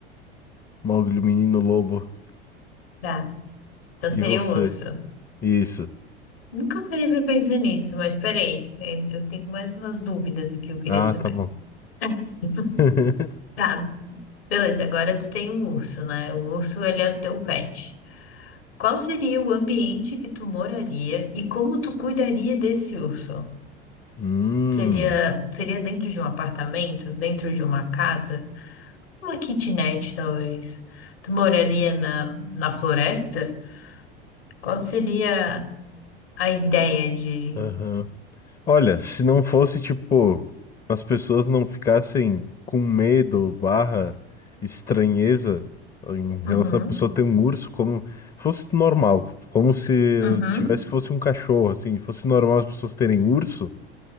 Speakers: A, on the left; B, on the left.
A: Mogli, o menino lobo.
B: Tá. Então
A: E
B: seria
A: você?
B: um urso.
A: Isso.
B: Nunca parei pra pensar nisso, mas peraí, eu tenho mais umas dúvidas aqui que eu queria
A: Ah,
B: saber.
A: tá bom.
B: <laughs>
A: <laughs>
B: Tá. Beleza, agora tu tem um urso, né? O urso, ele é o teu pet. Qual seria o ambiente que tu moraria e como tu cuidaria desse urso?
A: Hum.
B: Seria, seria dentro de um apartamento, dentro de uma casa, uma kitnet, talvez. Tu moraria na, na floresta? Qual seria a ideia de.
A: Aham. Olha, se não fosse, tipo, as pessoas não ficassem com medo, barra, estranheza em relação
B: Uhum,
A: à pessoa ter um urso, como fosse normal, como se
B: uhum,
A: tivesse fosse um cachorro, assim, fosse normal as pessoas terem urso,